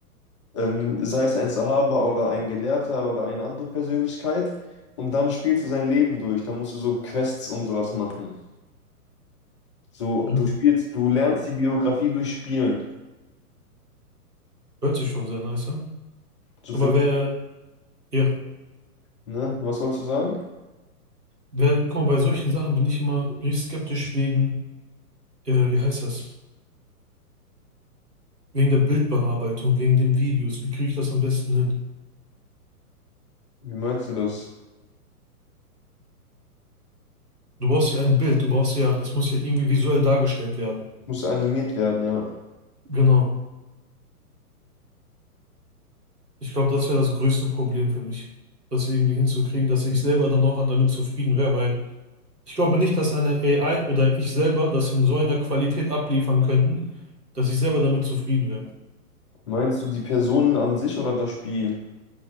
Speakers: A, on the left (about 20°); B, on the right (about 85°).
A: ähm, sei es ein Sahaba oder ein Gelehrter oder eine andere Persönlichkeit. Und dann spielst du sein Leben durch. Dann musst du so Quests und sowas machen. So,
B: ja.
A: du spielst, du lernst die Biografie durch Spielen.
B: Hört sich schon sehr nice an.
A: So
B: Aber
A: für,
B: wer, ja,
A: ne? Was wolltest du sagen?
B: wer, guck mal, bei solchen Sachen bin ich immer, bin ich skeptisch wegen, äh, wie heißt das? Wegen der Bildbearbeitung, wegen den Videos. Wie kriege ich das am besten hin?
A: Wie meinst du das?
B: Du brauchst ja ein Bild, du brauchst ja, das muss ja irgendwie visuell dargestellt werden.
A: Muss animiert werden, ja.
B: Genau. Ich glaube, das wäre das größte Problem für mich, das irgendwie hinzukriegen, dass ich selber dann auch damit zufrieden wäre, weil ich glaube nicht, dass eine AI oder ich selber das in so einer Qualität abliefern könnten, dass ich selber damit zufrieden wäre.
A: Meinst du die Personen an sich oder das Spiel?